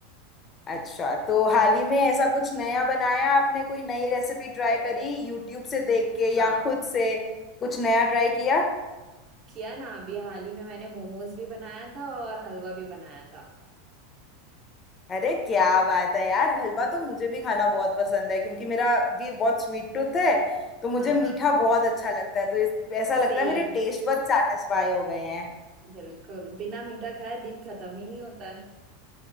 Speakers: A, on the left; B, on the right.
A: अच्छा तो हाल ही में ऐसा कुछ नया बनाया आपने कोई नई रेसिपी ट्राई करी यूट्यूब से देख के
B: हाँ
A: या खुद से कुछ नया ट्राई किया
B: किया ना अभी हाल ही में मैंने मोमोज भी बनाया था और हलवा भी बनाया था
A: अरे क्या बात है यार हलवा तो मुझे भी खाना बहुत पसंद है क्योंकि मेरा भी बहुत स्वीट टूथ है तो मुझे
B: हाँ
A: मीठा
B: हाँ
A: बहुत अच्छा लगता है तो इस, ऐसा लगता
B: सेम
A: है मेरे टेस्ट बड सेटिस्फाई हो गए हैं
B: बिल्कुल बिना मीठा खाए दिन खत्म ही नहीं होता है